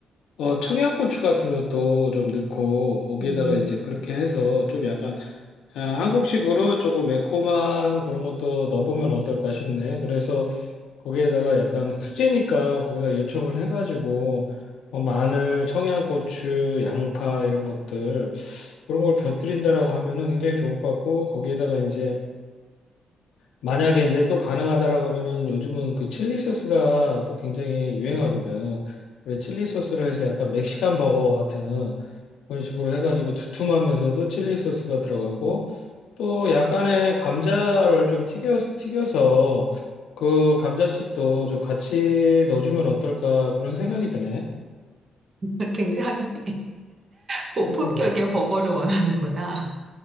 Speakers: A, on the left; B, on the right.
A: 어 청양고추 같은 것도 좀 넣고 거기에다가
B: 음,
A: 이제 그렇게 해서 좀 약간 아, 한국식으로 조금 매콤한 그런 것도 넣어보면 어떨까 싶네. 그래서 거기에다가 약간 수제니까 거기다 요청을 해가지고 어, 마늘, 청양고추, 양파 이런 것들 그런 걸 곁들인다라고 하면은 굉장히 좋을 것 같고 거기에다가 이제 만약에 이제 또 가능하다라고 하면은 요즘은 그 칠리 소스가 또 굉장히 유행하거든. 그래서 칠리 소스를 해서 약간 멕시칸 버거 같은 그런 식으로 해가지고 두툼하면서도 칠리 소스가 들어가고 또 약간의 감자를 좀 튀겨, 튀겨서 그 감자칩도 좀 같이 넣어주면 어떨까 그런 생각이 드네.
B: <laughs> 굉장히. 고품격의
A: 음,
B: 버거를 원하는구나.